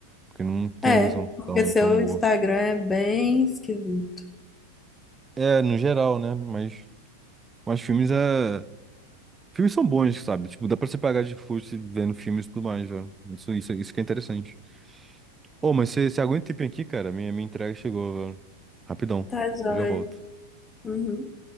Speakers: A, on the right; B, on the left.
A: Porque não tem
B: É,
A: a visão
B: porque
A: tão,
B: seu
A: tão boa.
B: Instagram é bem esquisito.
A: É, no geral, né? Mas, mas filmes é... Filmes são bons, sabe? Tipo, dá pra você pagar de custo vendo filmes e tudo mais, velho. Isso, isso, isso que é interessante. Ô, mas você você aguenta um tempinho aqui, cara? Minha, minha entrega chegou, velho. Rapidão.
B: Tá joia.
A: Eu Já volto.
B: Uhum.